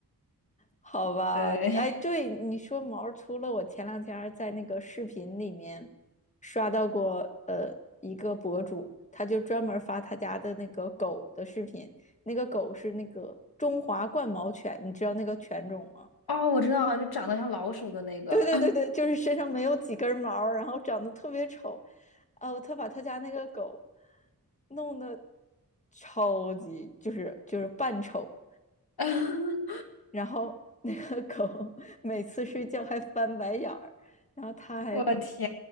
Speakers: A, on the left; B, on the left.
A: 好吧，
B: 对。
A: 哎，对你说毛儿，除了我前两天儿在那个视频里面刷到过，呃，一个博主，他就专门儿发他家的那个狗的视频，那个狗是那个中华冠毛犬，你知道那个犬种吗？
B: 哦，我知道了，就长得像老鼠的那个。
A: 对对对对，就是身上没有几根毛儿然后长得特别丑，哦，他把他家那个狗弄得超级，就是就是扮丑。
B: <laughs>
A: 然后那个狗 <laughs> 每次睡觉还翻白眼儿，然后他还
B: 我的天，